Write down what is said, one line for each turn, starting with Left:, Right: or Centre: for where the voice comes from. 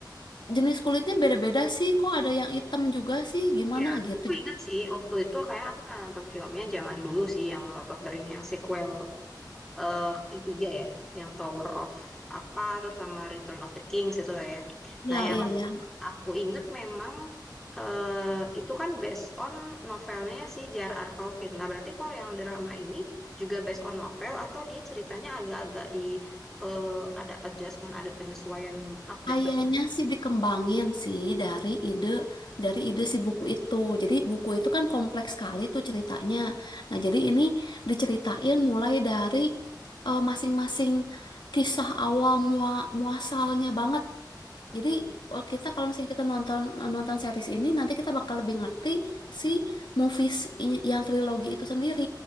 Left: jenis kulitnya beda-beda sih? Kok ada yang hitam juga sih? Gimana
Centre: Ya, aku
Left: gitu?
Centre: inget sih waktu itu kayak aku pernah nonton filmnya zaman dulu sih yang Lord of the Ring yang sequel eh ketiga ya, yang Tower of apa terus sama Return of the Kings itu lah ya.
Left: Ya,
Centre: Nah, yang
Left: iya, iya.
Centre: Aku inget memang eh, itu kan based on novelnya si J.R.R. Tolkien. Nah, berarti kalau yang drama ini juga based on novel atau dia ceritanya agak-agak di eh, ada adjustment, ada penyesuaian, update
Left: Kayaknya
Centre: baru gitu.
Left: sih dikembangin sih dari ide dari ide si buku itu. Jadi buku itu kan kompleks sekali tuh ceritanya. Nah, jadi ini diceritain mulai dari eh, masing-masing kisah awal mua- muasalnya banget. Jadi oh, kita kalau misalnya kita nonton nonton series ini nanti kita bakal lebih ngerti si movies i- yang trilogi itu sendiri.